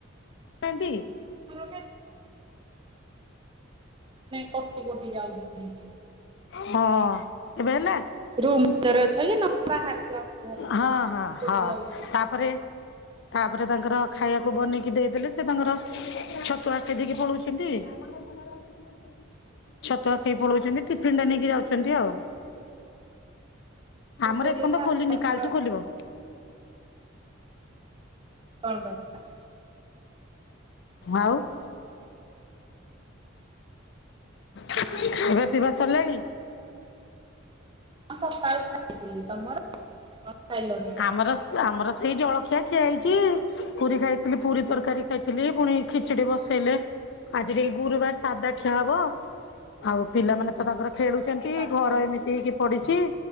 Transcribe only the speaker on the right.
<unintelligible> କଟି କଟି ଯାଉଚି।
ରୁମ୍ ଭିତରେ ଅଛ କି ନା ବାହାରେ? ଟିକେ
କଟି
କଟି ଯାଉଛି ତମ
କଥା ପୁରା।
ଫୁଲିଲା
ଆଉ ଏଥର
କଣ କହିଲ?
ହାଲୋ
ହଁ ସକାଳୁ ଖାଇଥିଲି ତମର? ଖାଇଲଣି ସକାଳୁ
ହଁ ତ ସାଧା
ଆଉ